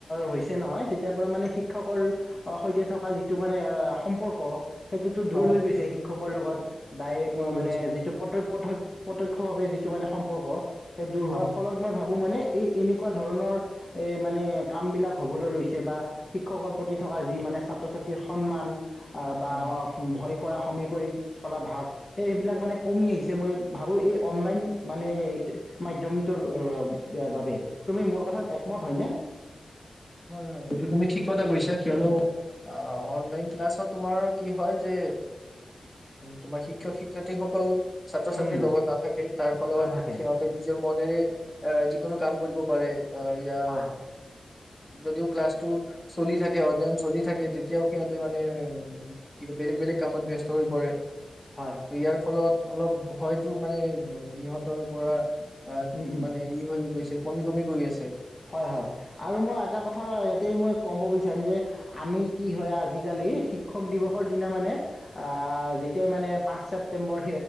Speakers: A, on the left (about 35°); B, on the left (about 15°).
A: হৈছে নহয় তেতিয়াৰ পৰা মানে শিক্ষকৰ সৈতে থকা যিটো। মানে সম্পৰ্ক। সেইটোতো দূৰ
B: হয়
A: হৈ গৈছে শিক্ষকৰ লগত। ডাইৰেক্ট
B: দূৰ হৈ
A: মানে
B: গৈছে
A: যিটো প্ৰত্যক্ষ। ভাৱে যিটো মানে সম্পৰ্ক। সেই দূৰ
B: হয়
A: হোৱাৰ ফলত মই ভাবোঁ মানে। এই এনেকুৱা ধৰণৰ এ মানে কাম বিলাক হ'বলৈ লৈছে বা শিক্ষকৰ প্ৰতি থকা যি মানে ছাত্ৰ ছাত্ৰ। টি সন্মান। অ বা
B: হয়
A: ভয়। কৰা সমী চলা ভাৱ সেইবিলাক মানে কমি আহিছে মই ভাবোঁ এই অনলাইন মানে মাধ্যমৰ তোৰ বাবে তুমি মোৰ কথাত একমত হয়নে?
B: হয় হয় এইটো তুমি ঠিক কথা কৈছা। কিয়নো অনলাইন ক্লাছত তোমাৰ কি হয় যে তোমাৰ শিক্ষক শিক্ষয়িত্ৰীৰ সকল। ছাত্ৰ ছাত্ৰীৰ
A: উম
B: লগত নাথাকে তাৰ ফলত
A: নাথাকে
B: সিহঁতে নিজৰ মনেৰে- আহ যিকোনো কাম কৰিব পাৰে। অ ইয়া।
A: হয়
B: যদিও ক্লাছটো চলি থাকে অধ্যয়ন চলি থাকে তেতিয়াও সিহঁতে মানে কি বেলেগ বেলেগ কামত ব্যস্ত হৈ পৰে।
A: হয়
B: ত ইয়াৰ ফলত। অলপ ভয়তো মানে ইহঁতৰ পৰা। অ
A: উম উম
B: মানে ই হৈ গৈছে। কমি কমি গৈ আছে।
A: হয় হয় আৰু মই এটা কথা ইয়াতে মই ক'ব বিচাৰিম যে। আমি কি হয় আজিকালি শিক্ষক দিৱসৰ দিনা মানে আহ যেতিয়াই মানে পাঁচ ছেপ্তেম্বৰ